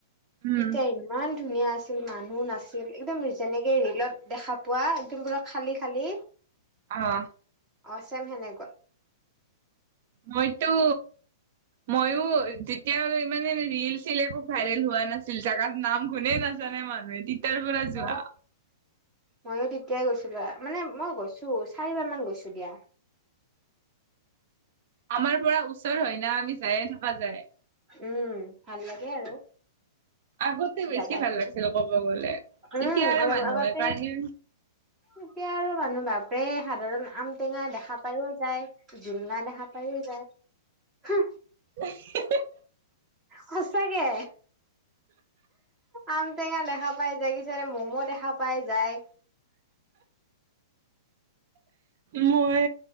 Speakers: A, on the right; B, on the right.
A: উম
B: তেতিয়া ইমান ধুনীয়া আছিল মানুহ নাছিল একদম যেনেকে ৰিলত দেখা পোৱা বিলাক খালি খালি
A: আহ
B: অ চেম সেনেকোৱা
A: মইটো ময়ো তেতিয়া ইমানে ৰিল চিল একো ভাইৰেল হোৱা নাছিল জেগাত নাম গুনেই নাছি জানে মানে তিতাৰ পৰা যোৱা
B: অ ময়ো তেতিয়াই গৈছিলো মানে মই গৈছো চাৰিবাৰ মান গৈছো দিয়া
A: আমাৰ পৰা ওচৰ হয় না আমি যায়ে থকা যায়
B: উম ভাল লাগে আৰু
A: আগতে বেছি
B: জাগা
A: ভাল
B: খিনি
A: লাগিছিল কব গলে
B: উম
A: এতিয়া আৰু মানুহ
B: আগতে
A: সেইকাৰণে
B: এতিয়া আৰু মানুহ ভাপে এই সাধাৰণ আম ঔ টেঙা দেখা পায়ও যায় জোলনা দেখা পাইও যায়
A: আহে
B: সঁচাকে আম টেঙা দেখা পাই যায় কিছুমান মম' দেখা পাই যায়
A: মই